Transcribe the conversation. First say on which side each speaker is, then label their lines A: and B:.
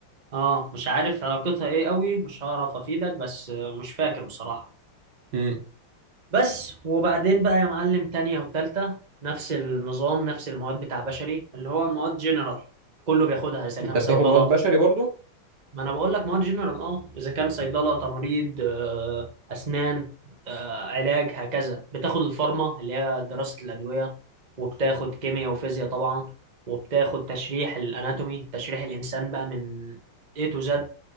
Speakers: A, on the right; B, on the right.
A: اه مش عارف علاقتها ايه قوي مش هعرف افيدك بس آه، مش فاكر بصراحة
B: امم
A: بس وبعدين بقى يا معلم تانية وتالتة نفس النظام نفس المواد بتاع بشري اللي هو مواد جنرال كله بياخدها اذا كان
B: انت بتاخد
A: صيدلة
B: مواد بشري برضو
A: ما انا بقول لك مواد جنرال اه اذا كان صيدلة تمريض آه، اسنان آه، علاج هكذا بتاخد الفارما اللي هي دراسة الأدوية وبتاخد كيمياء وفيزياء طبعا وبتاخد تشريح الاناتومي تشريح الانسان بقى من A to Z